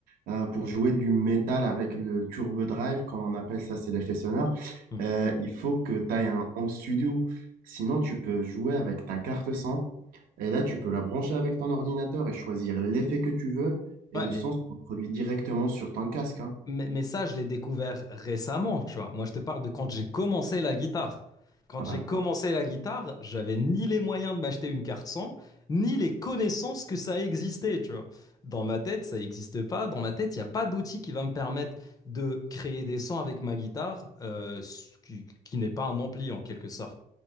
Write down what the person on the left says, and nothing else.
Mhm.
Ouais,
mais
Mais, mais ça, je l'ai découvert récemment, tu vois. Moi, je te parle de quand j'ai commencé la guitare. Quand
j'ai
commencé la guitare, j'avais ni les moyens de m'acheter une carte son, ni les connaissances que ça existait, tu vois. Dans ma tête, ça n'existe pas. Dans ma tête, il n'y a pas d'outil qui va me permettre de créer des sons avec ma guitare, euh, qui, qui n'est pas un ampli en quelque sorte.